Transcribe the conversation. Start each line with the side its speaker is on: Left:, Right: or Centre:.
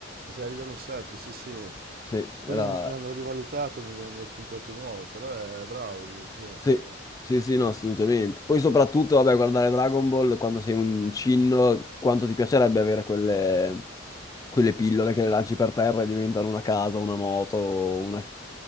Right: sai ridere un sacco, sì, sì.
Left: Sì, era...
Right: Poi l'hanno, l'hanno rivalutato nelle, nelle puntate nuove, però è bravo lui, sì, era
Left: Sì,
Right: bravo.
Left: sì, sì, no, assolutamente. Poi soprattutto, vabbè, guardare Dragon Ball quando sei un cinno, quanto ti piacerebbe avere quelle, quelle pillole che le lanci per terra e diventano una casa, una moto, una,